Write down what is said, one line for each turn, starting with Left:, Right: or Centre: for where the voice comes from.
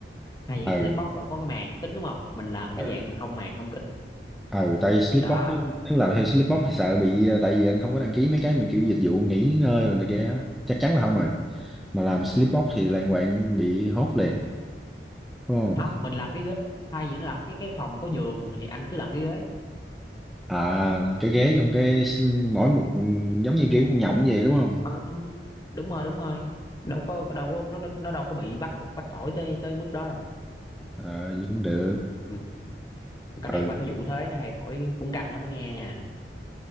Left: hay những
Centre: ờ
Left: cái slip box rồi có cái màn kính đúng không mình làm
Centre: ờ
Left: cái dạng mà không màn không kính
Centre: ờ tại Slipbox
Left: đó
Centre: nếu, nếu làm theo Slipbox thì sợ bị ờ, tại vì anh không có đăng ký mấy cái mà kiểu dịch vụ nghỉ ngơi rồi này kia á. chắc chắn là không rồi mà làm Slipbox thì lan quạng bị hốt liền đúng không
Left: không mình làm cái ghế hay gì nó làm cái cái phòng có giường thì anh cứ làm cái ghế
Centre: à làm cái ghế trong cái sl- mỗi
Left: Ừ.
Centre: một ừ, giống như kiểu con nhộng vậy đúng không
Left: Ờ, ừ. đúng rồi đúng rồi đâu có đâu có nó nó đâu có bị bắt bắt tội tới tới mức đó đâu
Centre: ờ vậy cũng được
Left: ừ. cái này
Centre: ừ
Left: ba cái vụ thuế nó thay đổi cũng căng lắm đó nghe